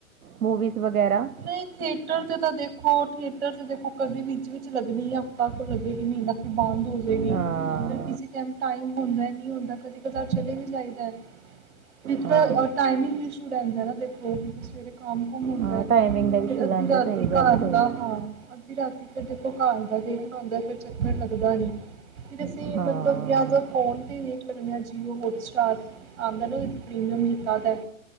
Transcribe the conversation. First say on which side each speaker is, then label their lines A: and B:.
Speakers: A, on the right; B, on the right.
A: ਮੂਵੀਜ਼ ਵਗੈਰਾ।
B: ਨਈ ਥੀਏਟਰ 'ਤੇ ਤਾਂ ਦੇਖੋ ਥੀਏਟਰ 'ਤੇ ਦੇਖੋ ਕਦੇ ਵਿੱਚ-ਵਿੱਚ ਲੱਗਨੀ ਆ ਹਫ਼ਤਾ ਕ ਲੱਗੇਗੀ ਮ੍ਹੀਨਾ ਬੰਦ ਹੋਜੇਗੀ।
A: ਹਾਂ
B: ਫਿਰ ਕਿਸੀ ਟਾਈਮ, ਟਾਈਮ ਹੁੰਦਾ ਨੀ ਹੁੰਦਾ ਕਦੇ ਕਦਾਰ ਚਲੇ ਵੀ ਜਾਈਦੈ। ਵਿੱਚ
A: ਹਾਂ
B: ਤਾਂ ਟਾਈਮਿੰਗ ਈਸ਼ੂ ਰਹਿੰਦਾ ਨਾ ਦੇਖੋ ਕਿਉਂਕਿ ਸਵੇਰੇ ਕੰਮ ਕੁੰਮ ਹੁੰਦਾ।
A: ਹਾਂ ਟਾਈਮਿੰਗ ਦਾ ਇਸ਼ੂ
B: ਫੇਰ ਅੱਧੀ
A: ਰਹਿੰਦਾ
B: ਰਾਤੀ
A: ਸਹੀ ਗੱਲ
B: ਘਰ
A: ਹੈ ਸਹੀ
B: ਦਾ ਹਾਂ ਅੱ ਧੀ ਰਾਤੀ ਫੇਰ ਦੇਖੋ ਘਰ ਦਾ ਦੇਖਣ ਆਉਂਦਾ ਫੇਰ ਚੱਕਰ ਲੱਗਦਾ ਨੀ। ਫਿਰ ਅਸੀਂ
A: ਹਾਂ
B: ਮਤਲਬ ਜਾਂ ਤਾਂ ਫੋਨ 'ਤੇ ਈ ਵੇ ਟਲਵੰਨਿਆ ਜੀਓ ਹੋਟਸਟਾਰ ਆਉਂਦਾ ਨਾ ਪ੍ਰੀਮੀਅਮ ਜਤਾ ਤੇ।